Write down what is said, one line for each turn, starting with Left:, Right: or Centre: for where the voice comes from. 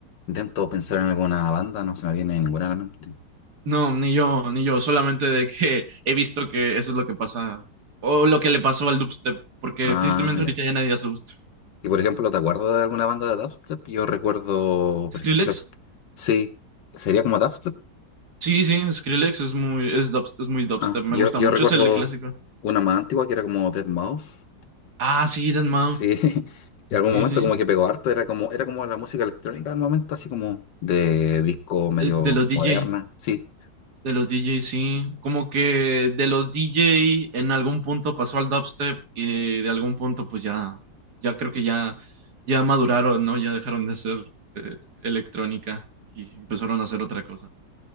Left: intento pensar en alguna banda, no se me viene ninguna a la mente.
Right: No, ni yo, ni yo, solamente de que <laughs> he visto que eso es lo que pasa, o lo que le pasó al dubstep, porque
Left: Ah,
Right: tristemente
Left: ya.
Right: ahorita ya nadie hace dubstep.
Left: Y, por ejemplo, ¿te acuerdas de alguna banda de dubstep? Yo recuerdo,
Right: Skrillex.
Left: por ejemplo, sí, sería como dubstep.
Right: Sí, sí, Skrillex es muy, es dubst- es muy dubstep.
Left: Ah,
Right: Me
Left: yo,
Right: gusta
Left: yo
Right: mucho,
Left: recuerdo
Right: es el clásico.
Left: una más antigua que era como Dead Mouse
Right: Ah, sí, Dead Mau.
Left: Sí, <laughs> en algún
Right: Sí,
Left: momento
Right: sí.
Left: como que pegó harto, era como, era como la música electrónica del momento, así como de disco medio
Right: De, de los DJ.
Left: moderna. Sí.
Right: De los DJ, sí. Como que de los DJ en algún punto pasó al dubstep y de algún punto pues ya, ya creo que ya, ya maduraron, ¿no? Ya dejaron de hacer eh, electrónica y empezaron a hacer otra cosa.